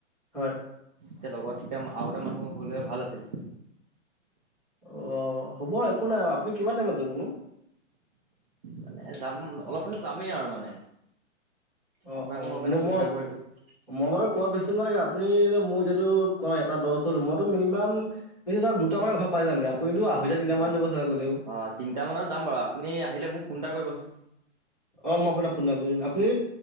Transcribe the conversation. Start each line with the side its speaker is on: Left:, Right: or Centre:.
Centre: হয়
Right: এতিয়া লগত এতিয়া আৰু এটা মানুহ হ'লে ভাল আছিলে
Centre: অ হ'ব একো নাই আপুনি কিমান টাইমত যাব নো
Right: মানে যাম অলপ পাছত যামেই আৰু মানে
Centre: অ
Right: আপোনাক
Centre: অ
Right: সেইকাৰণে
Centre: মই
Right: ফোন
Centre: মই
Right: এটা কৰিলোঁ
Centre: মই বাৰু পোৱা বেছি সময় নালাগে আপুনি মোৰ এতিয়াটো কয় এটা দহ হ'ল মইতো মিনিমাম দুটা মানত ঘৰ পাই যামগে আপুনিতো আঢ়ৈতা তিনিটা
Right: অ'।
Centre: মানত যাব চাগে গলেও
Right: অ' তিনিটা মানত যাম বাৰু আপুনি আহিলে মোক ফোন এটা কৰিবচোন
Centre: অ মই আপোনাক ফোন এটা কৰিম আপুনি